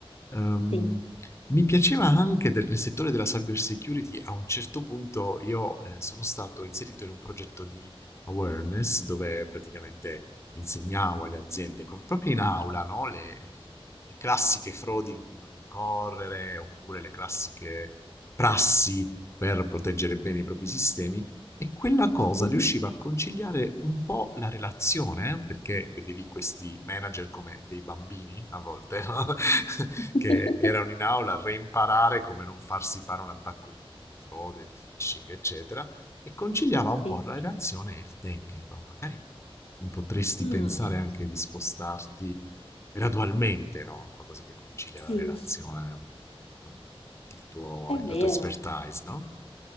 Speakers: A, on the left (about 30°); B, on the left (about 80°).
A: Ehm,
B: sì.
A: mi piaceva anche del, nel settore della cyber security, a un certo punto io eh, sono stato inserito in un progetto di awareness dove praticamente insegnavo alle aziende, proprio in aula, no? le, le classiche frodi in cui non incorrere, oppure le classiche prassi per proteggere bene i propri sistemi. E quella cosa
B: Mhm.
A: riusciva a conciliare un po' la relazione, eh? perché vedevi questi manager come dei bambini a volte, no? <laughs>
B: <laughs>
A: che erano in aula a reimparare come non farsi fare un attacco di, di frode, di phishing, eccetera, e conciliava un
B: Sì.
A: po' la relazione e il tecnico. Magari potresti
B: Ah,
A: pensare anche di spostarti gradualmente, no? Qualcosa che concilia
B: sì,
A: la relazione con il tuo,
B: è
A: la
B: vero.
A: tua expertise, no?